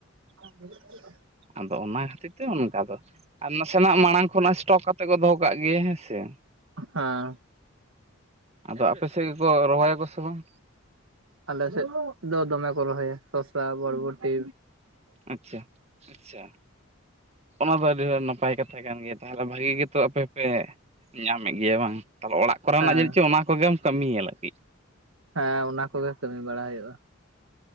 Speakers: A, on the right; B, on the right.
A: <inaudible>
B: ᱟᱫᱚ ᱚᱱᱟ ᱠᱷᱟᱹᱛᱤᱨ ᱛᱮ ᱚᱱᱠᱟ ᱫᱚ ᱟᱨ ᱱᱟᱥᱮᱱᱟᱜ ᱢᱟᱲᱟᱝ ᱠᱷᱚᱱᱟᱜ ᱮᱥᱴᱚᱠ ᱠᱟᱛᱮ ᱠᱚ ᱫᱚᱦᱚ ᱠᱟᱜ ᱜᱮ ᱦᱮᱸ ᱥᱮ
A: ᱦᱟᱸ
B: ᱟᱫᱚ ᱟᱯᱮ ᱥᱮᱫ ᱜᱮᱠᱚ ᱨᱚᱦᱚᱭᱟᱠᱚ ᱥᱮ ᱵᱟᱝ
A: ᱟᱞᱮ ᱥᱮᱫ ᱫᱚ ᱫᱚᱢᱮ ᱠᱚ ᱨᱚᱦᱚᱭᱟ ᱥᱚᱥᱟ ᱵᱚᱲᱵᱚᱴᱤ
B: ᱟᱪᱪᱷᱟ ᱟᱪᱪᱷᱟ ᱚᱱᱟ ᱫᱚ ᱟᱹᱰᱤ ᱱᱟᱯᱟᱭ ᱠᱟᱛᱷᱟ ᱠᱟᱱ ᱜᱮᱭᱟ ᱛᱟᱦᱚᱞᱮ ᱵᱷᱟᱹᱜᱤ ᱜᱮᱛᱚ ᱟᱯᱮ ᱯᱮ ᱧᱟᱢᱮᱫ ᱜᱮᱭᱟ ᱵᱟᱝ ᱛᱟᱦᱚᱞᱮ ᱚᱲᱟᱜ ᱠᱚᱨᱮᱱᱟᱜ
A: ᱦᱮᱸ
B: ᱡᱟᱹᱱᱤᱡ ᱪᱚ ᱚᱱᱟ ᱠᱚᱜᱮᱢ ᱠᱟᱹᱢᱤ ᱧᱮᱞᱮᱫ ᱜᱤ
A: ᱦᱮᱸ ᱚᱱᱟ ᱠᱚᱜᱮ ᱠᱟᱹᱢᱤ ᱵᱟᱲᱟ ᱦᱩᱭᱩᱜᱼᱟ᱾